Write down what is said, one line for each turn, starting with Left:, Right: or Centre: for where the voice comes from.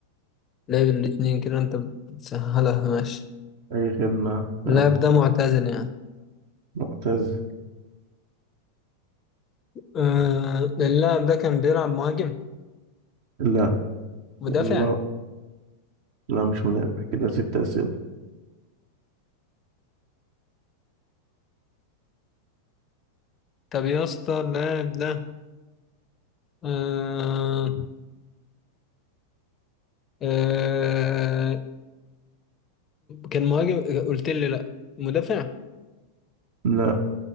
Left: لعب الاتنين كده أنت بتسهلها ماشي
Right: أي خدمة يلا
Left: اللاعب ده معتزل يعني
Right: معتز
Left: آه اللاعب ده كان بيلعب مهاجم
Right: لا
Left: مدافع
Right: يلا لا مش منافع كده ست أسئلة
Left: طب يا اسطى اللاعب ده آه آه كان مهاجم قلت لي لأ مدافع
Right: لا